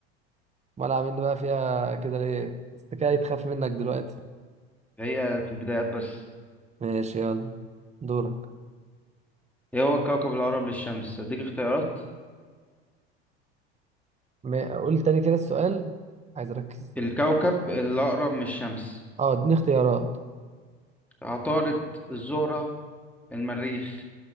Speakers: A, on the right (about 20°); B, in the centre.
A: امال عاملين بقى فيها كده ليه استكاية تخاف منك دلوقتي
B: هي في البدايات بس
A: ماشي يلا دورك
B: ايه هو الكوكب الأقرب للشمس اديك اختيارات
A: ما- قول تاني كده السؤال عايز اركز
B: الكوكب الأقرب من الشمس
A: اه اديني اختيارات
B: عطارد الزهرة المريخ